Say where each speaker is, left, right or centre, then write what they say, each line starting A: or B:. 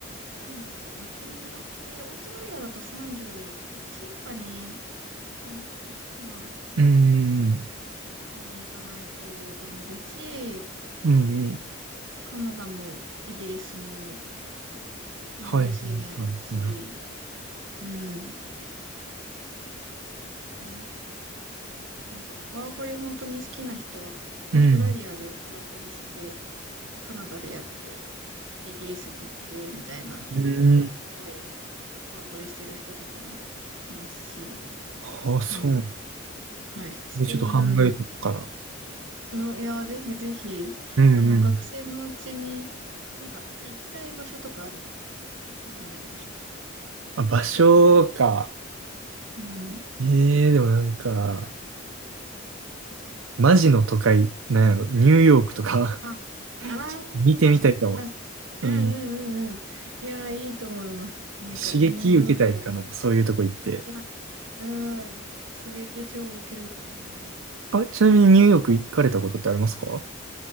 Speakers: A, on the right (about 65°); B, on the right (about 85°).
A: そうなんですよ。なんか国によって、オーストラリアだと31以下に、32か、1かな、
B: うーん、
A: までに行かないとダメだし、
B: うん、うん。
A: カナダもイギリスも年齢制限あるし、
B: はい。はい、はい。
A: うん。ね、なんか、ワーホリ本当に好きな人は、オーストラリアでワーホリして、
B: うん。
A: で、カナダでやって、で、イギリスに行って、みたいな、結構各国で
B: うん。
A: ワーホリしてる人とかもいますし、
B: ああ、そう。
A: うん。はい。スペイン
B: でちょっと考えとくから。
A: の、いや、ぜひぜひ、
B: うんうん。
A: あの、学生のうちに、なんか、行きたい場所とかあるんですか興味ある場所。
B: あ、場所か。
A: うん。
B: ええでもなんか、マジの都会、なんやろ、ニューヨークとか
A: あ、あーそうですうんうんうんうん。
B: <laughs> 見てみたいかも。うん。
A: いやー、いいと思います。なんか、
B: 刺激受けたいかな、
A: ニューヨーク。
B: そういうとこ行って。
A: いや、うん。刺激超受けると思います。
B: あ、ちなみにニューヨーク行かれたことってありますか